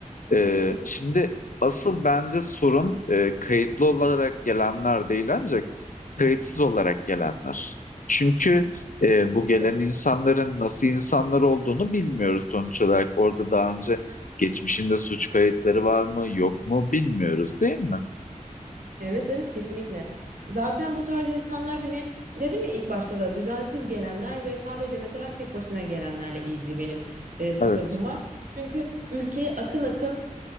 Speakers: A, on the left; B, on the right.
A: e,
B: Mutluluk
A: şimdi asıl bence sorun e, kayıtlı olarak gelenler değil ancak kayıtsız olarak gelenler. Çünkü e, bu
B: kesinlikle.
A: gelen insanların nasıl insanlar olduğunu bilmiyoruz sonuç olarak. Orada daha önce geçmişinde suç kayıtları var mı yok mu bilmiyoruz değil mi?
B: Evet evet kesinlikle. Zaten bu tarz insanlar hani dedim ya ilk başta da düzensiz gelenler ve sadece mesela tek başına gelenlerle ilgili benim e, sıkıntım
A: Evet.
B: var. Çünkü ülkeye akın akın